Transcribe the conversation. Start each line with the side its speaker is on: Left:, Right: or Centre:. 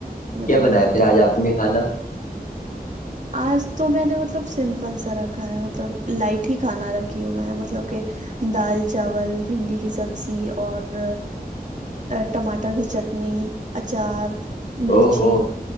Right: میں
Left: کیا
Right: تو
Left: بنایا
Right: بناتی
Left: پھر
Right: ہی
Left: آج
Right: رہتی
Left: آپ نے
Right: ہوں
Left: کھانا
Right: آج تو میں نے مطلب سمپل سا رکھا ہے مطلب لائٹ ہی کھانا رکھی ہوں میں مطلب کہ دال چاول بھنڈی کی سبزی اور ٹماٹر کی چٹنی اچار مرچی
Left: او ہو